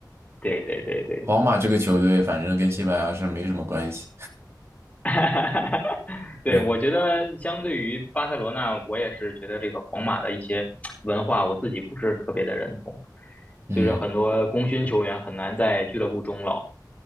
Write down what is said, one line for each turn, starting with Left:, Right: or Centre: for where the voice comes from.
Left: 对对对对。
Right: 皇马这个球队反正跟西班牙是没什么关系，
Left: <laughs> 哈哈哈！对，
Right: 对。
Left: 我觉得相对于巴塞罗那，我也是觉得这个皇马的一些文化，我自己不是特别的认同，
Right: 嗯。
Left: 就是很多功勋球员很难在俱乐部终老。